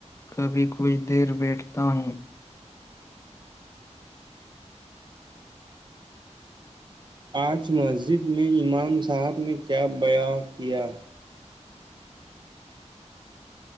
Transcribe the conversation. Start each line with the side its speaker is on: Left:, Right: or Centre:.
Left: کبھی کچھ دیر بیٹھتا ہوں
Right: آج مسجد میں امام صاحب نے کیا بیاں کیا